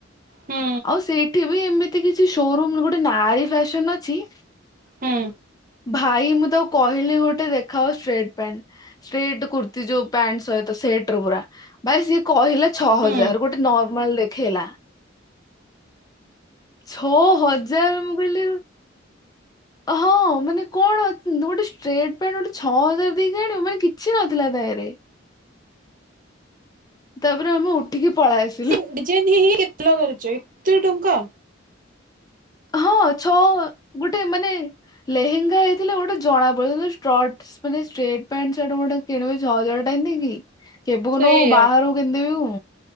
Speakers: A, on the right; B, on the left.
A: ହୁଁ
B: ଆଉ ସେଇଠି ବି ଏମିତି କିଛି ସୋରୁମ ଗୋଟେ ନାରୀ ଫ୍ୟାସନ ଅଛି।
A: ହୁଁ
B: ଭାଇ ମୁଁ ତାକୁ କହିଲି ଗୋଟେ ଦେଖାଅ ଷ୍ଟ୍ରେଟ୍ ପ୍ୟାଣ୍ଟ। ଷ୍ଟ୍ରେଟ୍ କୁର୍ତ୍ତି ଯୋଉ ପ୍ୟାଣ୍ଟ ସହିତ ସେଟ ର ପୁରା। ଭାଇ ସିଏ କହିଲା ଛଅ
A: ହୁଁ
B: ହଜାର ଗୋଟେ ନର୍ମାଲ ଦେଖେଇଲା। ଛଅ ହଜାର ମୁଁ କହିଲି ହଁ ମାନେ କଣ ଗୋଟେ ଷ୍ଟ୍ରେଟ ପ୍ୟାଣ୍ଟ ଗୋଟେ ଛଅ ହଜାର ଦେଇକି ଆଣିବ ମାନେ କିଛି ନଥିଲା ତାରେ। ତାପରେ ଆମେ ଉଠିକି ପଳେଇ ଆସି
A: ସେ ଡିଜାଇନ ହେଇି ହେଇ କେତଲା କରୁଚି ଏତେ ଟଙ୍କା।
B: ହଁ ଛଅ ଗୋଟେ ମାନେ ଲେହେଙ୍ଗା ହେଇଥିଲେ ଗୋଟେ ଜଣା ପଡୁ <unintelligible> ଷ୍ଟଟ ମାନେ ଷ୍ଟ୍ରେଟ ପ୍ୟାଣ୍ଟ ସାର୍ଟ ଗୋଟେ କିଣିବ ଛଅ ହଜାର ଟଙ୍କା ଦେଇକି। କେବେକୁ
A: ସେଇଆ
B: ନୁହ ମୋ ବାହାଘରକୁ କିଣି ଦେବି